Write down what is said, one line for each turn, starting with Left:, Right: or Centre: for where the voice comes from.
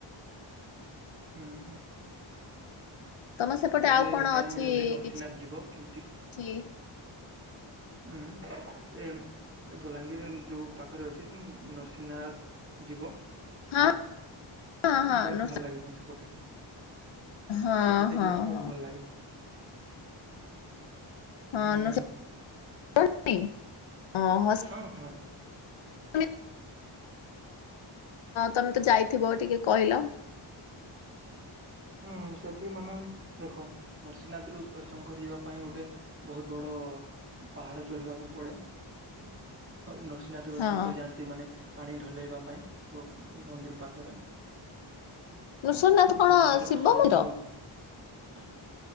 Right: ହୁଁ ହୁଁ।
Left: ତମ ସେପଟେ
Right: କେବେ
Left: ଆଉ କଣ
Right: ଟାଇମ୍
Left: ଅଛି
Right: ମିଳିଲେ ନରସିଂହନାଥ
Left: କିଛ୍
Right: ଯିବ କେମିତି
Left: ଛି।
Right: ଉଁ ଏମ୍ ଏ ବଲାଙ୍ଗୀରରେ ଉଁ ଯୋଉ ପାଖରେ ଅଛି ଉଁ ନରସିଂହନାଥ୍ ଯିବ।
Left: ହଁ ହଁ ହଁ
Right: ବୋହୁତ
Left: ନୁ
Right: ଭଲ ଲାଗିବ ସେପଟେ।
Left: ହଁ
Right: ସେପଟେ
Left: ହଁ
Right: ଯିବ ବୋହୁତୁ
Left: ହଁ
Right: ଭଲ ଲାଗେ।
Left: ହଁ
Right: ହୁଁ
Left: ନା ସେ <inaudible> ହଁ ହଁ ସ୍
Right: ହଁ ହଁ।
Left: <inaudible> ତମେ ତ ଯାଇଥିବ ଟିକେ କହିଲ।
Right: ହୁଁ ସେଠି ମାନେ ଦେଖ ନୃସିଂନାତରୁ ହରିଶଙ୍କର ଯିବା ପାଇଁ ଗୋଟେ ବୋହୁତ ବଡ ପାହାଡ ଚଢିବାକୁ ପଡେ ହ ନୃସ୍ ସିଂନାଥରୁ ହରିଶଙ୍କର
Left: ହଁ
Right: ଯାଆନ୍ତି ମାନେ ପାଣି ଢଲେଇବା ପାଇଁ ସବୁ ଉଁ ମନ୍ଦିର ପାଖରେ
Left: ନୃସିଂହନାଥ କଣ
Right: ମନ୍ଦିରରେ
Left: ଶିବ
Right: ପାନି
Left: ମନ୍ଦିର
Right: ଢଲେଇବା ପାଇଁ।